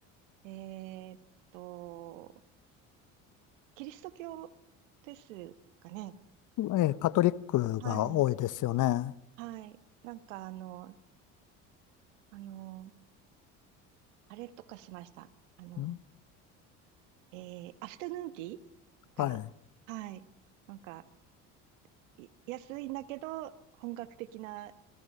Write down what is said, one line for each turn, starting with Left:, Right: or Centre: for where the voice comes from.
Right: えーっと、キリスト教ですかね。
Left: えーカトリックが多いですよね。
Right: はい。はい。なんかあの、あの、あれとかしました。あの、
Left: ん
Right: えー、アフタヌーンティーとか、
Left: はい。
Right: はい。なんか、い安いんだけど、本格的な